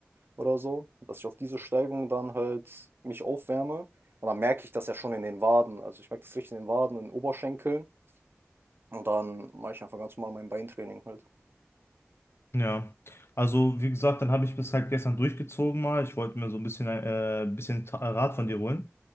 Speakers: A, on the right (about 50°); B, on the left (about 60°).
A: oder so, dass ich auf diese Steigung dann halt mich aufwärme. Und dann merke ich das ja schon in den Waden. Also ich merke das richtig in den Waden, in den Oberschenkeln. Und dann mache ich einfach ganz normal mein Beintraining halt.
B: Ja, also wie gesagt, dann habe ich bis halt gestern durchgezogen mal. Ich wollte mir so ein bisschen, äh, ein bisschen Ta- Rat von dir holen,